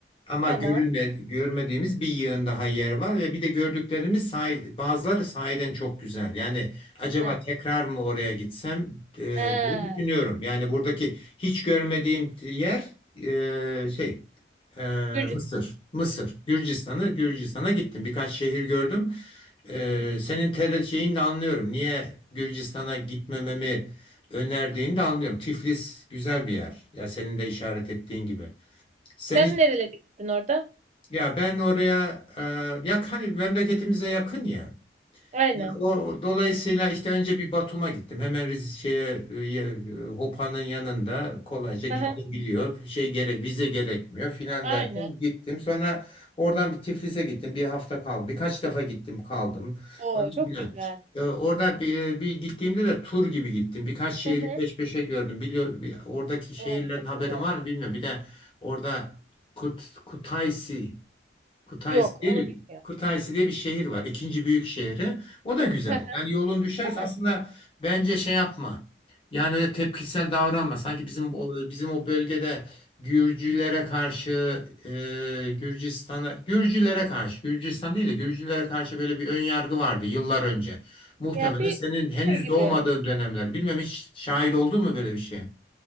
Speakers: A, on the left (about 30°); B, on the right (about 40°).
A: Ama
B: tamam.
A: görünme, görmediğimiz bir yığın daha yer var ve bir de gördüklerimiz sahi- bazıları sahiden çok güzel. Yani acaba
B: He.
A: tekrar mı oraya gitsem e,
B: He.
A: diye düşünüyorum. Yani buradaki hiç görmediğim yer e, şey e,
B: Gürcistan.
A: Mısır. Mısır. Gürcistan'ı Gürcistan'a gittim. Birkaç şehir gördüm. E, senin ter şeyini de anlıyorum. Niye Gürcistan'a gitmememi önerdiğini de anlıyorum. Tiflis güzel bir yer. Ya senin de işaret ettiğin gibi. Sen
B: Sen
A: hiç
B: nerelere gittin orada?
A: ya ben oraya e, yak hani memleketimize yakın ya.
B: Aynen.
A: Ya O dolayısıyla işte önce bir Batum'a gittim. Hemen Rize şeye e, ya- e, Hopa'nın yanında kolayca gidilebiliyor.
B: Aha,
A: Şey gerek vize gerekmiyor filan
B: aynen.
A: derken gittim. Sonra oradan bir Tiflis'e gittim. Bir hafta kaldım. Birkaç defa gittim kaldım.
B: Oo
A: Falan
B: çok
A: filan.
B: güzel.
A: E, Orada bir, bir gittiğimde de tur gibi gittim. Birkaç şehri
B: Hı hı.
A: peş peşe gördüm. Biliyor, bir- oradaki şehirlerin
B: Oo çok
A: haberin
B: güzel.
A: var mı bilmiyorum. Bir de orada Kut, Kutaisi Kutaisi
B: Yok
A: diye
B: onu
A: bir
B: bilmiyorum.
A: Kutaisi diye bir şehir var. ikinci büyük şehri. O da güzel.
B: <laughs> Hı
A: Yani yolun düşerse
B: hı.
A: aslında bence şey yapma. Yani öyle tepkisel davranma. Sanki bizim o, bizim o bölgede Gürcülere karşı e, Gürcistan'a Gürcülere karşı Gürcistan değil de Gürcülere karşı böyle bir ön yargı vardı yıllar önce. Muhtemelen
B: Ya bir
A: senin henüz
B: Her gibi.
A: doğmadığın dönemler. Bilmem hiç şahit oldun mu böyle bir şeye?